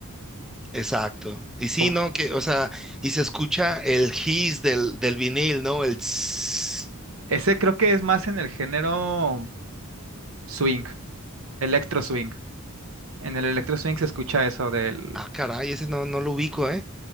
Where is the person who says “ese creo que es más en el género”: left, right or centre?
Right